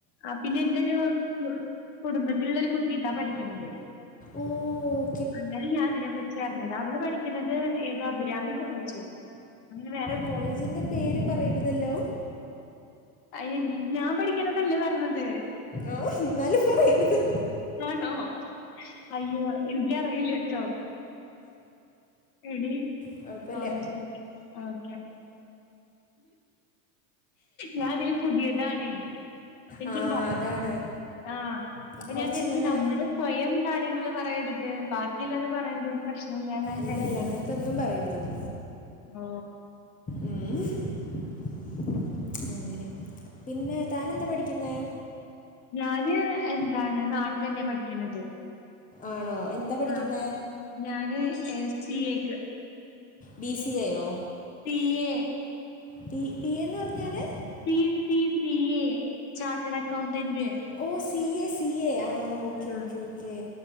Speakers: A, on the left; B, on the left.
A: ആ പിന്നെ എന്റെരു കുടുംബത്തിലുള്ളരു കുട്ടി ഇതാ പഠിക്കണത്.
B: ഓഓ
A: അങ്ങനെ ഞാൻ ഇതിനെ പറ്റിയ അറിഞ്ഞത് അവള് പഠിക്കുണത് ഏത് അഭിരാമി കോളേജോ. അങ്ങനെ വേ
B: കോളേജിൻ്റെ പേര് പറയരുതല്ലോ
A: അയിന് ഞാൻ പഠിക്കണതല്ലേ പറഞ്ഞത്
B: ആഹ എന്നാല പറയരുത്.
A: ആണോ അയ്യോ എനിക്കറിയില്ലട്ടോ. എടി
B: കുഴപ്പമില്ല
A: ആഓ ഓെ ഓക്കെ ഞാൻ ഇതില് പുതിയതാണ് പ്പന്റെ
B: ആ അതാണ്
A: ആ അപ്പൊ
B: കുറച്ചിങ്ങനെ
A: ഞാൻ കരുതി നമ്മുടെ സ്വയം കാര്യങ്ങൾ പറയരുത് ബാക്കി കിള്ളത് പറയുന്നത് പ്രശ്നല്ലാന്നാ ഞാൻ
B: ഇല്ല
A: കരുതിയത്
B: ഇല്ല അങ്ങനത്തെ ഒന്നും പറയരുത്
A: ആ
B: ഉം ഹും അങ്ങനെ പിന്നെ താനെന്താ പഠിക്കുന്നേ
A: ഞാന് എന്താണ് നാട്ടിന്നെ പഠിക്കണത്.
B: ആണോ എന്താ പഠിക്കുന്നെ?
A: ആഹ്. ഞാന് ഏ സി റ്റി എക്ക്
B: ബി സി എ യൊ
A: P A
B: P P P ഏന്ന് പറഞ്ഞാല്
A: P P P A chartered accountant
B: ഓ സി എ സി എ ആഹ് ഓക്കെ
A: ഉം.
B: ഓക്കെ